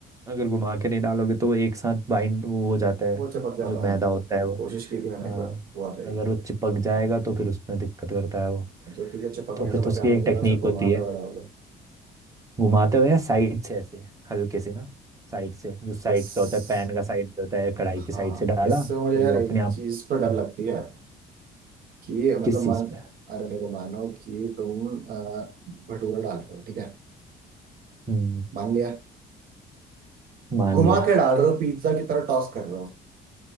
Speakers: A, on the right; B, on the right.
A: अगर घुमा के नहीं डालोगे तो वो एक साथ बाइंड वो हो जाता है
B: वो चिपक जाता
A: जो मैदा
B: है
A: होता है वो
B: कोशिश की थी मैंने
A: हाँ
B: एक बार हुआ था ये।
A: अगर वो चिपक जाएगा तो फिर उसमें दिक्कत करता है वो
B: तो ठीक है चिपकने
A: तो फिर
B: से
A: तो उसकी
B: बचाने
A: एक
B: के
A: टेक्निक
B: लिए उसे
A: होती
B: घुमाता
A: है
B: हुआ डाल दो
A: घुमाते हुए या साइड से ऐसे हल्के से ना साइड से जो साइड
B: इस
A: का होता है पैन का साइड होता है कढ़ाई
B: हाँ
A: की साइड से डाला
B: इससे
A: तो
B: मुझे यार
A: वो
B: एक
A: अपने आप
B: चीज पर डर
A: हम्म,
B: लगती है कि मतलब
A: किस चीज
B: मान
A: पे
B: अरे देखो मानो कि तुम अ, भटूरा डाल रहे हो ठीक है
A: हम्म
B: मान लिया
A: मान
B: घुमा
A: लिया
B: के डाल रहे हो पिज्जा की तरह टॉस कर रहे हो